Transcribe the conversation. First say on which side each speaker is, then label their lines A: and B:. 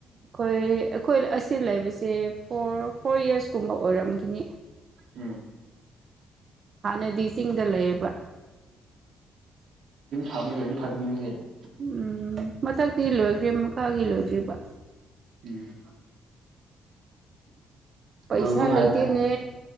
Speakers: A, on the right (about 45°); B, on the right (about 70°).
A: ꯑꯩꯈꯣꯏ ꯑꯩꯈꯣꯏ ꯑꯁꯤ ꯂꯩꯕꯁꯦ ꯐꯣꯔ ꯐꯣꯔ ꯌꯔꯁꯀꯨꯝꯕ ꯑꯣꯏꯔꯝꯈꯤꯅꯤ
B: ꯎꯝ
A: ꯍꯥꯟꯅꯗꯤ ꯆꯤꯡꯗ ꯂꯩꯌꯦꯕ
B: ꯁꯕꯗꯤ ꯐꯇꯁꯦ <inaudible> <unintelligible>
A: ꯎꯝ ꯃꯊꯛꯇꯤ ꯂꯣꯏꯈ꯭ꯔꯦ ꯃꯀꯥꯒꯤ ꯂꯣꯏꯗ꯭ꯔꯤꯕ
B: ꯎꯝ
A: ꯄꯩꯁꯥ
B: ꯂꯣꯏꯕ ꯉꯥꯏꯕ
A: ꯂꯩꯗꯦꯅꯦ
B: ꯇꯥꯔꯦ